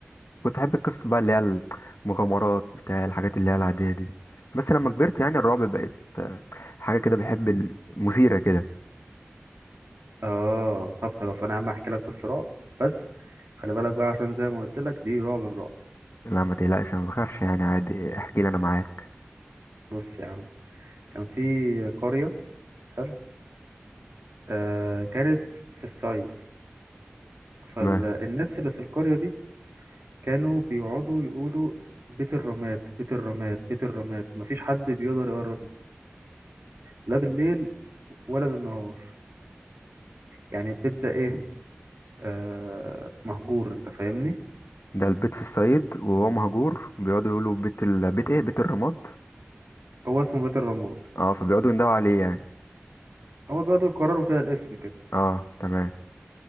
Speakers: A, on the left; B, on the right.
A: كنت احب القصص بقى اللي هي المغامرات بتاع الحاجات اللي هي العادية دي بس لما كبرت يعني الرعب بقت آه، حاجة كده بحب المثيرة كده
B: اه طب خلاص انا يا عم احكي لك قصه رعب بس خلي بالك بقى عشان زي ما قلت لك دي رعب الرعب
A: لا ما تقلقش انا ما بخافش يعني عادي احكي لي انا معاك
B: بص يا عم كان في قريه حلو آه كانت في الصعيد فالناس
A: تمام
B: اللي في القريه دي كانوا بيقعدوا يقولوا بيت الرماد بيت الرماد بيت الرماد مفيش حد بيقدر يقرب لا بالليل ولا بالنهار يعني البيت ده ايه آه مهجور انت فاهمني
A: ده البيت في الصعيد وهو مهجور بيقعدوا يقولوا بيت ال... بيت ايه بيت الرماد
B: هو اسمه بيت الرماد
A: اه فبيقعدوا يندهوا عليه يعني
B: هو بيقعدوا يكرروا كده الاسم كده
A: اه تمام